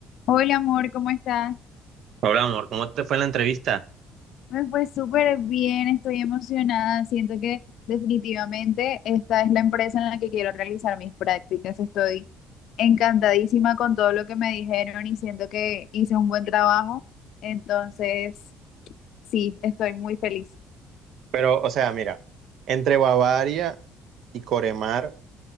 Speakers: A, on the left (about 65°); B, on the right (about 60°).
A: Hola amor, ¿cómo estás?
B: Hola, amor, ¿cómo te fue en la entrevista?
A: Me fue súper bien, estoy emocionada. Siento que definitivamente esta es la empresa en la que quiero realizar mis prácticas. Estoy encantadísima con todo lo que me dijeron y siento que hice un buen trabajo. Entonces, sí, estoy muy feliz.
B: Pero, o sea, mira, entre Bavaria y Coremar,